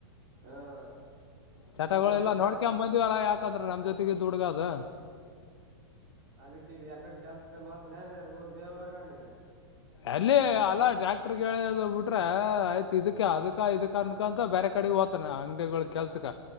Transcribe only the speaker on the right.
ಹ್ಮ್
ಈಗ ಎಲ್ಲನ್ ಕೆ
ಅದಕ್ಕೀಗ ಯಕಡೆ ಕೆಲ್ಸಕನ ಹೊತ್ತಾನೇನ ಬೇವುರಗಾನಿಗ